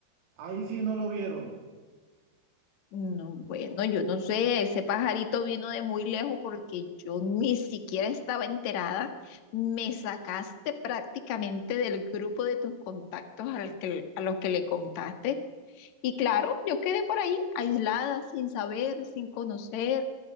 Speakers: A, on the right; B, on the left.
A: ahí sí no lo vieron.
B: No, bueno, yo no sé, ese pajarito vino de muy lejos porque yo ni siquiera estaba enterada. Me sacaste prácticamente del grupo de tus contactos al que- a los que le contaste. Y claro, yo quedé por ahí, aislada, sin saber, sin conocer.